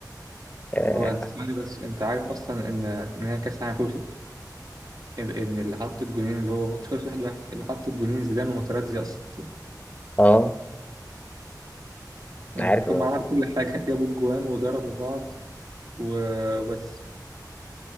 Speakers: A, on the left (about 20°); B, on the right (about 60°).
A: اه
B: هو أنت تسألني بس أنت عارف أصلا إن إن هي كأس العالم في ان إن اللي حط الجونين اللي هو ماتش خلص واحد واحد اللي حط الجونين زيدان وماتراتزي اصلا
A: آه،
B: يعني
A: عارف
B: هم
A: أنا-
B: عملوا كل حاجه <laughs> جابوا الجوان وضربوا بعض وبس